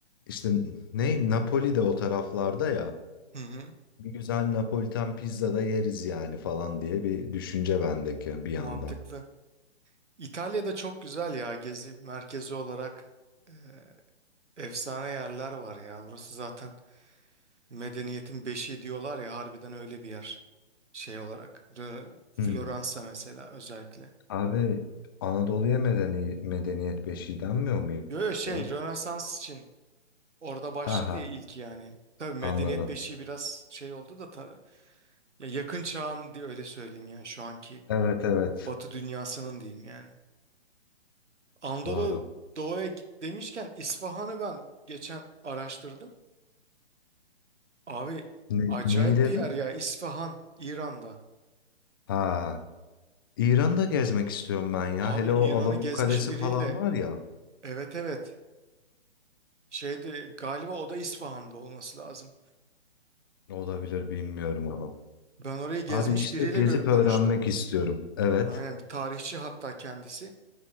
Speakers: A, on the left; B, on the right.
A: işte ne Napoli de o taraflarda ya.
B: Hı hı.
A: Bir güzel Napolitan pizza da yeriz yani falan diye bir düşünce bendeki bir
B: Mantıklı.
A: yandan.
B: İtalya'da çok güzel ya gezi merkezi olarak e, efsane yerler var ya. Orası zaten medeniyetin beşiği diyorlar ya harbiden öyle bir yer şey olarak. Rö- Floransa
A: Hmm.
B: mesela özellikle.
A: Abi Anadolu'ya medeni, medeniyet beşiği denmiyor mu
B: Yo yo şey
A: ya?
B: Rönesans için orada başladı
A: Ha ha
B: ya ilk yani. Tabii medeniyet
A: anladım.
B: beşiği biraz şey oldu da ta- ya yakın çağın diye öyle söyleyeyim yani şu anki
A: Evet evet
B: Batı dünyasının diyeyim yani. Anadolu
A: doğru.
B: Doğu'ya git demişken İsfahan'ı ben geçen araştırdım. Abi
A: Ne,
B: acayip
A: neyi dedim?
B: bir yer ya İsfahan İran'da.
A: Ha İran'da gezmek istiyorum ben ya.
B: Abi
A: Hele
B: İran'ı
A: o Alamut
B: gezmiş
A: Kalesi
B: biriyle
A: falan var ya.
B: evet evet şeyde galiba o da İsfahan'da olması lazım.
A: Olabilir bilmiyorum onu.
B: Ben orayı gezmiş
A: Abi işte
B: biriyle
A: gezip
B: gör konuştum.
A: öğrenmek istiyorum. Evet.
B: Aynen bir tarihçi hatta kendisi.